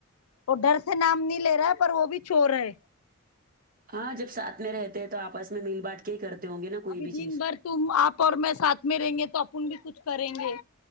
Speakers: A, on the left; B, on the right.
A: اور ڈر سے نام نہیں لے رہا پر وہ بھی چور ہے
B: ہاں جب ساتھ میں رہتے تو آپس میں میل باٹ کے کرتے ہوں گے نا کوئی
A: ابھی
B: بھی
A: دن
B: چیز
A: بھر تم اپ اور میں ساتھ میں رہیں گے تو اپن بھی کچھ کریں گے